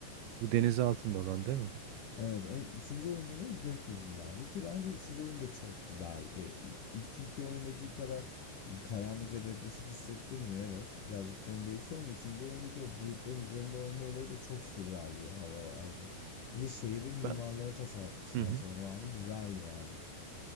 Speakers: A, on the right (about 80°); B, on the left (about 55°).
A: Bu deniz altında olan değil mi?
B: Evet, en, üçüncü oyunda da gökyüzünde abi ki bence üçüncü oyunda çok güzeldi. İ- İlk iki oyundaki kadar karanlık ve depresif hissettirmiyor evet. Birazcık ton değişiyor ama üçüncü oyundaki o bulutların üzerinde olma olayı da çok sürreal bir hava vardı. Bir de şehri mimarlara
A: Ben
B: tasarlatmışlar
A: hı hı.
B: sanırım abi güzeldi yani.